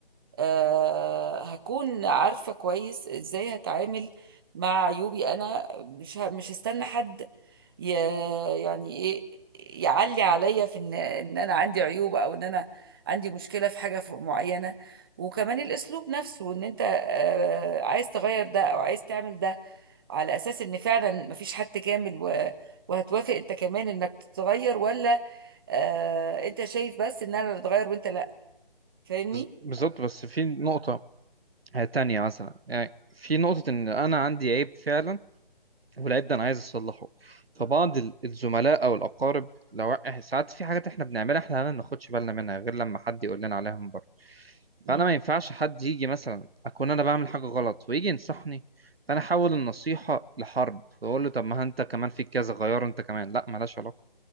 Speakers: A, on the right (about 25°); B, on the right (about 90°).
A: آه، هكون عارفة كويس ازاي هتعامل مع عيوبي انا مش ه- مش هستنى حد ي- يعني ايه يعلي عليا في ان ان انا عندي عيوب او ان انا عندي مشكلة في حاجة ف- معينة وكمان الاسلوب نفسه ان انت آه، عايز تغير ده او عايز تعمل ده على اساس ان فعلا مفيش حد كامل و- وهتوافق انت كمان انك تتغير ولا آه، انت شايف بس ان انا اللي اتغير وانت لا فاهمني؟
B: بز- بالظبط بس في نقطه آه، تانية مثلا يعني في نقطه ان انا عندي عيب فعلا والعيب ده انا عايز اصلحه فبعض ال- الزملاء او الاقارب لو ساعات في حاجات احنا بنعملها احنا ما بناخدش بالنا منها غير لما حد يقول لنا عليها من بره
A: مم.
B: فانا ما ينفعش حد يجي مثلا اكون انا بعمل حاجه غلط ويجي ينصحني فانا احول النصيحه لحرب واقول له طب ما انت كمان فيك كذا غيره انت كمان لا ملهاش علاقه